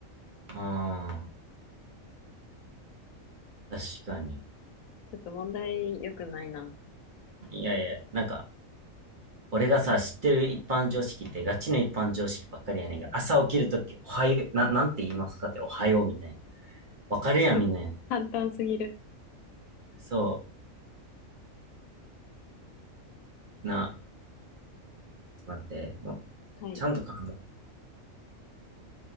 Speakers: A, on the right; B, on the left.
A: うん確かに。
B: ちょっと問題良くないな。
A: いやいや、なんか、俺がさ、知ってる一般常識って、ガチの一般常識ばっかりやねんが、朝起きるとき、おはよう、な、なんて言いますかって、おはようみたいな。わかるやん、
B: <laughs>
A: みんな。
B: 簡単すぎる。
A: そう、な、ちょっと待って、もう、
B: はい。
A: ちゃんと考